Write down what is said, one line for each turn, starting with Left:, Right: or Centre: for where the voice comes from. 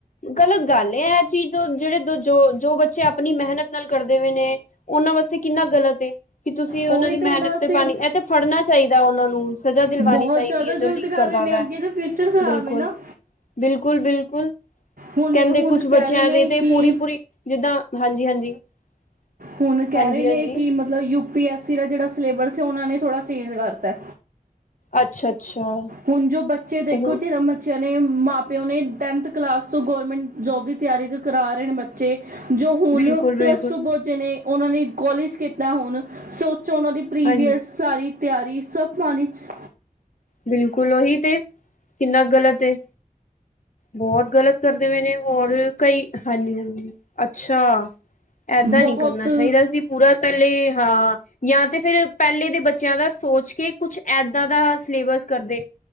Left: ਗਲਤ ਗੱਲ ਏ, ਇਹ ਚੀਜ਼ ਜਿਹੜੇ ਦ ਜੋ ਜੋ ਬੱਚੇ ਆਪਣੀ ਮਿਹਨਤ ਨਾਲ ਕਰਦੇ ਪਏ ਨੇ, ਉਹਨਾਂ ਵਾਸਤੇ ਕਿੰਨਾ ਗਲਤ ਏ। ਕਿ ਤੁਸੀਂ ਉਹਨਾਂ
Right: ਉਹੀ
Left: ਦੀ ਮਿਹਨਤ
Right: ਹੁਣ ਅਸੀਂ
Left: ਤੇ ਪਾਣੀ, ਇਹ ਤੇ ਫੜਨਾ ਚਾਹੀਦਾ ਉਹਨਾਂ ਨੂੰ, ਸਜ਼ਾ ਦਿਲਵਾਉਣੀ
Right: ਬਹੁਤ
Left: ਚਾਹੀਦੀ
Right: ਜ਼ਿਆਦਾ
Left: ਏ, ਜੋ
Right: ਗਲਤ
Left: ਲੀਕ
Right: ਕਰ
Left: ਕਰਦਾ
Right: ਰਹੇ ਨੇ
Left: ਪਿਆ
Right: ਅੱਗੇ ਤਾਂ ਫਿਊਚਰ ਖਰਾਬ
Left: ਬਿਲਕੁਲ।
Right: ਹੈ ਨਾ
Left: ਬਿਲਕੁਲ ਬਿਲਕੁਲ।
Right: ਹੁਣ
Left: ਕਹਿੰਦੇ
Right: ਇਹ ਹੁਣ
Left: ਕੁਛ
Right: ਕਹਿ
Left: ਬੱਚਿਆਂ
Right: ਰਹੇ ਨੇ
Left: ਦੇ ਤੇ
Right: ਕਿ
Left: ਪੂਰੀ ਪੂਰੀ ਜਿੱਦਾਂ, ਹਾਂਜੀ ਹਾਂਜੀ। <unintelligible>
Right: ਹੁਣ ਕਹਿ
Left: ਹਾਂਜੀ
Right: ਰਹੇ ਨੇ,
Left: ਹਾਂਜੀ
Right: ਕਿ ਮਤਲਬ ਯੂਪੀ ਐਸ ਦਾ ਜਿਹੜਾ ਸਿਲੇਬਸ ਓਹਨਾ ਨੇ ਥੋੜਾ ਚੇਂਜ ਕਰਤਾ।
Left: ਅੱਛਾ। ਅੱਛਾ
Right: ਹੁਣ ਜੋ ਬੱਚੇ ਦੇਖੋ
Left: ਉਹ
Right: ਜੀ ਆਪਣੇ ਮਾਂ ਪਿਓ ਨੇ ਟੈਨਥ ਕਲਾਸ ਤੋਂ ਗਵੌਰਰਮੈਂਟ ਜੋਬ ਦੀ ਤਿਆਰੀ ਕਰਾ ਰਹੇ ਨੇ ਬੱਚੇ। ਜੋ ਹੁਣ
Left: ਬਿਲਕੁਲ
Right: ਪਲੱਸ
Left: ਬਿਲਕੁਲ
Right: ਟੂ ਪੰਹੁਚੇ ਨੇ। ਉਹਨਾਂ ਨੇ ਕੋਲਜ ਕੀਤਾ ਹੁਣ ਸੋ। 'ਚੋ ਉਹਨਾਂ ਦੀ ਪ੍ਰੀਵੀਅਸ
Left: ਹਾਂਜੀ
Right: ਸਾਰੀ। ਤਿਆਰੀ ਸਭ ਪਾਣੀ 'ਚ।
Left: ਬਿਲਕੁਲ ਉਹੀ ਤੇ ਕਿੰਨਾ ਗਲਤ ਏ ਬਹੁਤ। ਗਲਤ ਕਰਦੇ ਹੋਏ ਨੇ ਹੋਰ ਕਈ ਹਾਂਜੀ ਹਾਂਜੀ ਅੱਛਾ ਏਦਾਂ
Right: ਬਹੁਤ
Left: ਨੀ ਕਰਨਾ ਚਾਹੀਦਾ ਸੀ ਪੂਰਾ ਪਹਿਲੇ ਹਾਂ ਜਾਂ ਤੇ ਫਿਰ ਪਹਿਲੇ ਦੇ ਬੱਚਿਆਂ ਦਾ ਸੋਚ ਕੇ। ਕੁੱਛ ਇੱਦਾਂ ਦਾ। ਸਿਲੇਬਸ ਕਰਦੇ।